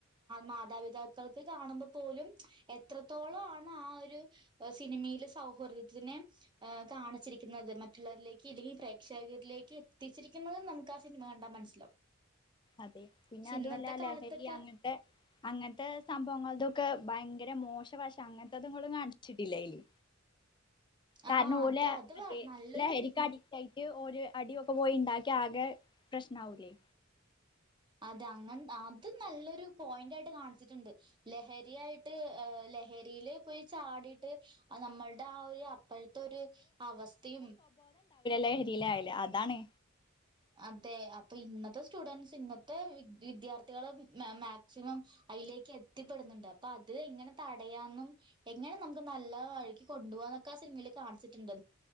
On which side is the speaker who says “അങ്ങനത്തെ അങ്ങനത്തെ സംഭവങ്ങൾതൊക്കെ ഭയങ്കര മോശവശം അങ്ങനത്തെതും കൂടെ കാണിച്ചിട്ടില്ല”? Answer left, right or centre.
Left